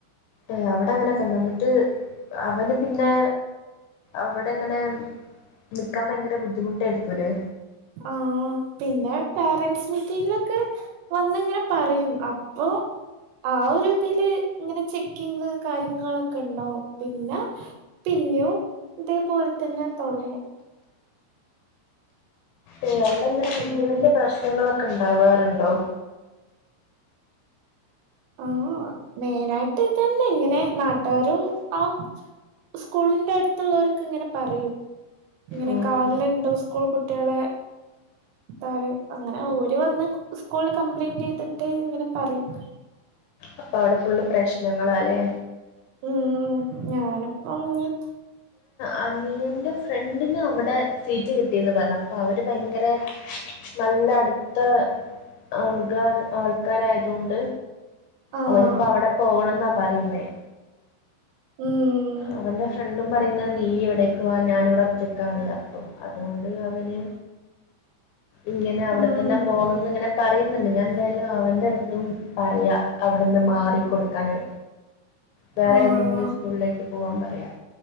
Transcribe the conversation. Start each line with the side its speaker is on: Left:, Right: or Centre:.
Left: ഏ അവിടെ അങ്ങനൊക്കെണ്ടോ ന്ന്ട്ട് അവന് പിന്നെ അവടങ്ങനെ നിക്കാൻ ഭയങ്കര ബുദ്ധിമുട്ടായിരിക്കുല്ലേ
Right: ആ പിന്നെ പേരന്റ്സ് മീറ്റിങ്ങിലൊക്കെ വന്നിങ്ങനെ പറയും അപ്പൊ ആ ഒരുതില് ങ്ങനെ ചെക്കിങ് കാര്യങ്ങളൊക്കെ ണ്ടാവും പിന്നെ പിന്നെയും ഇതേപോലെ തന്നെ തൊട്ങ്ങും
Left: അ അവിടെങ്ങനെ വെല്യ
Right: ഉം
Left: വെല്യ പ്രശ്നങ്ങളൊക്കെ ണ്ടാവാറുണ്ടോ
Right: ആ മെയിനായിട്ട് ഇതെന്നെ ഇങ്ങനെ നാട്ടാരും ആ സ്കൂളിന്റെ അടുത്തുള്ളവരൊക്കെങ്ങനെ പറയും ഇങ്ങനെ
Left: ഉം
Right: കാണല് ണ്ട് സ് കൂൾ കുട്ട്യാള് പറയും അങ്ങനെ ഓര് വന്ന് സ്കൂള് കംപ്ലൈയിന്റെയ്തിട്ട് ങ്ങനെ പറയും
Left: അപ്പൊ അവടെ ഫുള്ള് പ്രശ്നങ്ങളാല്ലെ
Right: ഉം ഞാനിപ്പോ ഞ്ഞി
Left: ആ നീ എന്റെ ഫ്രണ്ട് രണ്ടിനും അവ്ടെ സീറ്റ് കിട്ടീന്ന് പർണ് അപ്പ അവര് ഭയങ്കര നല്ല അട്ത്ത ആൾകാര് ആൾക്കാരായാതൊണ്ട്
Right: ആഹ്
Left: അവനിപ്പ അവ്ടെ പോകണംന്നാ പറയിന്നെ
Right: ഉം
Left: അവന്റെ ഫ്രണ്ടും അവൻ പറയുന്നെ നീ ഇവിടെക്ക് വാ ഞാൻ ഇവ്ടെ ഒറ്റക്കാണ് അപ്പോ അതുകൊണ്ട് അവന് ഇങ്ങനെ അവ്ടെത്തെന്നെ
Right: ഉം
Left: പോണംന്ന് ഇങ്ങനെ പറയ്ന്ന്ണ്ട് ഞാൻ എന്തായാലും അവന്റെ അടുത്തും പറയാ അവ്ട്ന്ന് മാറി കൊട്ക്കാന് വേറെ
Right: ആഹ്
Left: ഏതെങ്കിലും സ്കൂളിലേക്ക് പോവാൻ പറയാ